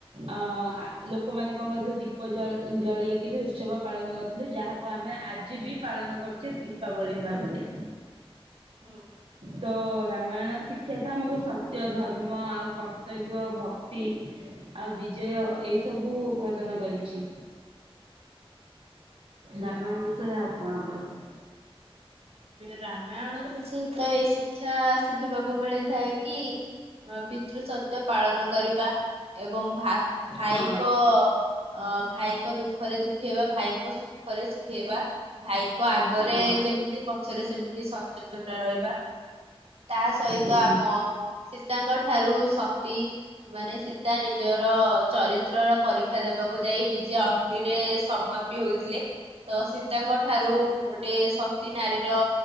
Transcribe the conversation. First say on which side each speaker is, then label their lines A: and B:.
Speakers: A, on the right; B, on the right.
A: ଅ ଆ ଲୋକମାନେ କଣ କରିଥିଲେ ଦୀପ ଜ ଜଳେଇକିରି ଉତ୍ସବ ପାଳନ କର୍ ଲେ ଯାହାକୁ ଆମେ ଆଜି ବି ପାଳନ କରୁଛେ ଦୀପାବଳି ଭାବରେ।
B: ହୁଁ।
A: ତ ରାମାୟଣ ଶିକ୍ଷା ତ ଆମକୁ ସତ୍ୟ ଧର୍ମ ଆଉ କର୍ତ୍ତବ୍ୟ ଭକ୍ତି। ଆଉ ବିଜୟ ଏଇ ସବୁ ପ୍ରଦାନ କରିଛି। ରାମାୟଣ
B: ହଁ।
A: ବିଷୟରେ ଆଉ କଣ କହିବି।
B: ରାମାୟଣ ର ବିଷୟ ତ ଏଇ ଶିକ୍ଷା ଶିଖିବାକୁ ମିଳିଥାଏ କି ପିତୃ ସତ୍ୟ ପାଳନ କରିବା ଏବଂ ଭା ଭାଇଙ୍କ
A: ହଁ
B: ଅ ଭାଇଙ୍କ ଦୁଃଖରେ ଦୁଃଖିହେବା ଭାଇଙ୍କ ସୁଖରେ ସୁଖିହେବା। ଭାଇଙ୍କ ଆଗରେ
A: ହଁ
B: ଯେମିତି ପଛରେ ସେମିତି ସଚେତନା ରହିବା। ତା ସହିତ
A: ହୁଁ
B: ଆମ ସୀତାଙ୍କ ଠାରୁ ସତୀ। ମାନେ ସୀତା ନିଜର ଚରିତ୍ରର ପରୀକ୍ଷା ଦେବାକୁ ଯାଇ ନିଜେ ଅ ଗ୍ନୀରେ ସମାପି ହଉଥିଲେ ତ ସୀତାଙ୍କ ଠାରୁ ଗୋଟେ ସ ତୀ ନାରୀର